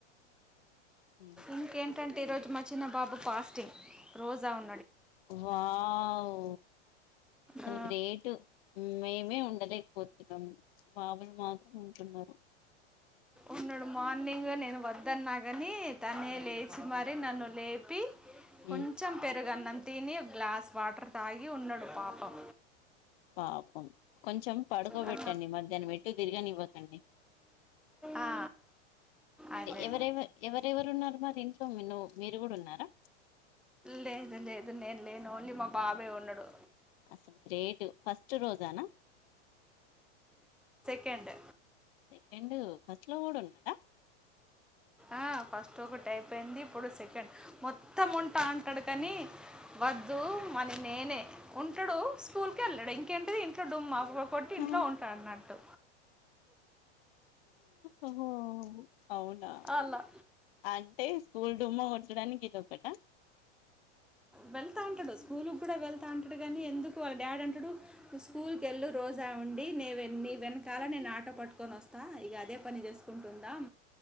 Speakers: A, on the left; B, in the centre.
A: ఉమ్.
B: ఇంకేంటంటే ఈరోోజు మా చిన్న బాబు ఫాస్టింగ్ రోజా ఉ
A: వావు అసలు
B: ఆ,
A: గ్రేట్ మేమే ఉండలేకపోతున్నాము బాబలు మాత్రం ఉంటున్నారు
B: ఉన్నాడు మార్నింగ్ నేను వద్దన్నా కాని తనే లేచి మారి నన్ను లేపి కొంచెం
A: ఉమ్,
B: పెరుగన్నం తిని, గ్లాస్ వాటర్ తాగి ఉన్నడు పాపం.
A: పాపం, కొంచెం పడుకోబెట్టండి
B: ఆ,
A: మధ్యాహ్నం ఎట్టుత్, తిరగానివ్వకండి.
B: ఆ, ఆ. అదే
A: ఎవరెవర్ ఎవరెవరు ఉన్నారు మరి ఇంట్లో, నువ్ మీరు గుడా ఉన్నారా.
B: లేదు లేదు లేద్ నేన్ లేను, ఓన్లీ మా బాబే ఉన్నాడు.
A: అసల్ గ్రేట్, ఫస్ట్ రోజానా?
B: కేండ్.
A: సెకండ్, ఫస్ట్ లో కూడా ఉన్నాడా.
B: ఆ ఫస్ట్ ఒకటి అయిపోయింది, ఇప్పుడు సెకండ్. మొత్తం ఉంటాన్, ఉంటడు కాని, వద్దు మని నేనే, ఉంటాడు స్కూల్ కెళ్ళాడు. ఇంకేంటిది ఇంట్లో, డుమ్మా <unintelligible> కొట్టి ఇంట్లో
A: ఆ.
B: ఉంటాడ్ అన్నట్టు.
A: ఓహో అవునా.
B: అలా
A: అంటే స్కూల్ డుమ్మా కొట్టడానికి ఇదోకట.
B: వెళ్తా అంటాడు స్కూల్ గుడా వెళ్తా అంటాడు గానీ, ఎందుకు వాళ్ళ డాడ్ అంటాడు, నువ్ స్కూల్ కెళ్ళు రోజా, <unintelligible> ఉండి, నీవే నీ వెనకాల నేను ఆటో పట్, కొనోస్త. ఇగా అదే పని చేసుకుంటుం ఉందాం.